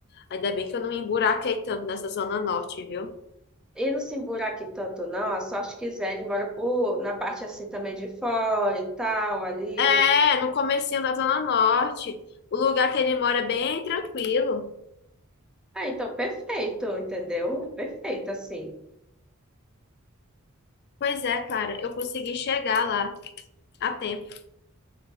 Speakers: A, on the left; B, in the centre.
A: Ainda bem que eu não me emburaquei tanto nessa Zona Norte, viu?
B: E não se embura aqui tanto, não. A sorte quiser, ele mora por, na parte assim também de fora e tal, ali.
A: É, no comecinho da Zona Norte. O lugar que ele mora é bem tranquilo.
B: Ah, então perfeito, entendeu? Perfeito, assim.
A: Pois é, Clara, eu consegui chegar lá a tempo.